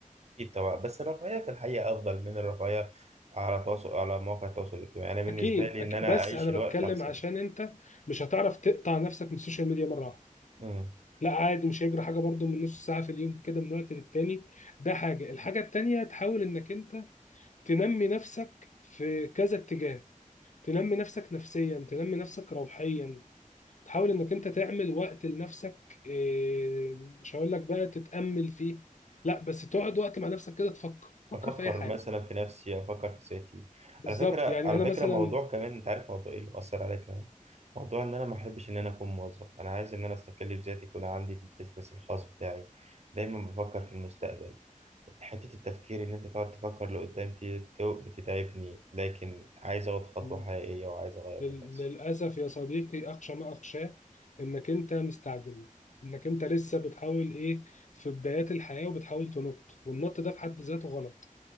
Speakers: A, on the right; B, on the left.
A: اكيد طبعا بس الرفاهيه في الحقيقه افضل من الرفاهيه على تواصل على مواقع التواصل الاجتماعي انا بالنسبه
B: اكيد
A: لي
B: أكيد.
A: ان انا
B: بس
A: اعيش
B: انا
A: الوقت
B: بتكلم
A: احسن
B: عشان انت مش هتعرف تقطع نفسك من السوشيال ميديا مره واحده
A: م.
B: لا عادي مش هيجري حاجه برضو من نص ساعه في اليوم كده من وقت للتاني ده حاجه الحاجه التانيه تحاول انك انت تنمي نفسك في كذا اتجاه تنمي نفسك نفسيا تنمي نفسك روحيا تحاول انك انت تعمل وقت لنفسك إيه، مش هقول لك بقى تتامل فيه لا بس تقعد وقت مع نفسك كده تفكر تفكر
A: افكر
B: في اي حاجه
A: مثلا في نفسي افكر في ذاتي
B: بالظبط
A: على فكره
B: يعني
A: على
B: انا
A: فكره
B: مثلا
A: موضوع كمان انت عارف موضوع ايه اللي مأثر عليا كمان موضوع ان انا ما احبش ان انا اكون موظف انا عايز ان انا استقل بذاتي يكون عندي البيزنس الخاص بتاعي دايما بفكر في المستقبل حته التفكير ان انت تقعد تفكر لقدام كده بت- بتتعبني لكن عايز اخد خطوه
B: مم.
A: حقيقيه وعايز اغير
B: لل-
A: من نفسي
B: للأسف يا صديقي أخشى ما أخشاه إنك أنت مستعجل إنك أنت لسه بتحاول إيه في بدايات الحياة وبتحاول تنط والنط ده في حد ذاته غلط